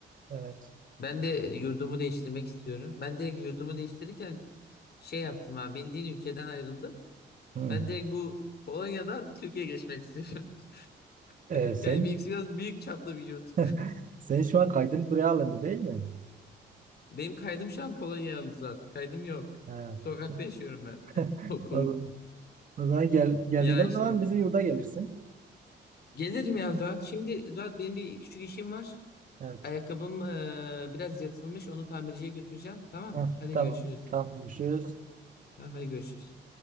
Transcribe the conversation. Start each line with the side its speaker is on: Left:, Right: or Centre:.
Right: Evet.
Left: Ben de yurdumu değiştirmek istiyorum. Ben direkt yurdumu değiştirirken şey yaptım ha. Bildiğin ülkeden ayrıldım.
Right: Hı.
Left: Ben direkt bu Polonya'dan Türkiye'ye geçmek istiyorum. <laughs>
Right: E,
Left: Yani
Right: sen
Left: benimkisi biraz büyük çaplı bir yurt.
Right: <laughs> sen şu an kaydın buraya alındı değil mi?
Left: Benim kaydım şu an Polonyalı zaten. Kaydım yok.
Right: Ha.
Left: Sokakta yaşıyorum ben.
Right: <laughs>
Left: <laughs> Okulum.
Right: O, O zaman gel, geldiğinde
Left: Ya
Right: o
Left: işte.
Right: zaman bizim yurda gelirsin.
Left: Gelirim ya Zuhat. Şimdi Zuhat benim bir küçük işim var.
Right: Evet.
Left: Ayakkabım eee, biraz yırtılmış. Onu tamirciye götüreceğim. Tamam.
Right: Heh,
Left: Hadi
Right: tamam.
Left: görüşürüz.
Right: Tamam. Görüşürüz.
Left: Tamam hadi görüşürüz.